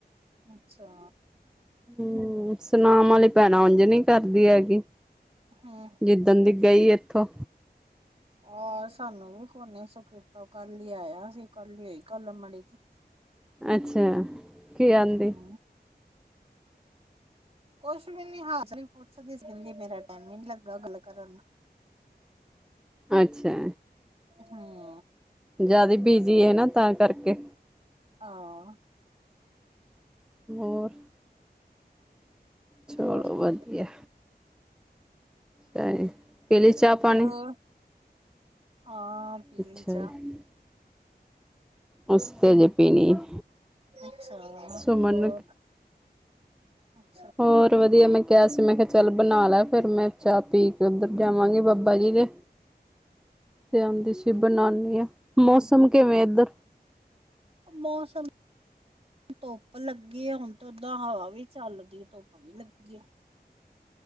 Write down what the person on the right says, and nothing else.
ਅੱਛਾ
ਹਮ
ਆਹ ਸਾਨੂੰ ਵੀ ਕੋ ਨੇ ਸੁ ਕੀਤਾ ਕੱਲ ਹੀ ਆਇਆ ਅਸੀਂ ਕੱਲ ਹੀ ਹੋਈ ਕੱਲ ਮੜੀ
ਹੂੰ ਕੁਛ ਵੀ ਨੀ ਹਾਲ ਚਾਲ ਪੁੱਛਦੀ ਸੀ ਮੇਰਾ ਟਾਈਮ ਨੀ ਲੱਗਾ ਗੱਲ ਕਰਨ ਨੂੰ
ਹੂੰ
ਹਾਂ
ਹੋਰ ਠੀਕ
ਹੈ
ਹੋਰ ਹਾਂ ਪੀਲੀ
ਚਾਹ
ਅੱਛਾ
ਹੋਰ ਅੱਛਾ
ਹੂੰ
ਮੌਸਮ ਧੁੱਪ ਲੱਗੀ ਆ ਹੁਣ ਤਾਂ ਓਦਾਂ ਹਵਾ ਵੀ ਚੱਲਦੀ ਹੈ ਧੁੱਪ ਵੀ ਲੱਗੀ।